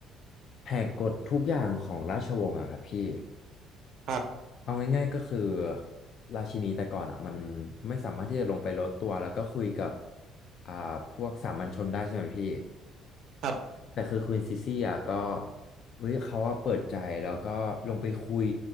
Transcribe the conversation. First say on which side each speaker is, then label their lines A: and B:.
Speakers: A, on the left; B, on the right.
A: แหกกฎทุกอย่างของราชวงศ์อ่ะครับพี่
B: ครับ
A: เอาง่ายๆก็คือราชินีแต่ก่อนอ่ะมันไม่สามารถที่จะลงไปลดตัวแล้วก็คุยกับอ่าพวกสามัญชนได้ใช่ไหมพี่
B: ครับ
A: แต่คือควีนซิซี่อ่ะก็เฮ้ยเขาอ่ะเปิดใจแล้วก็ลงไปคุย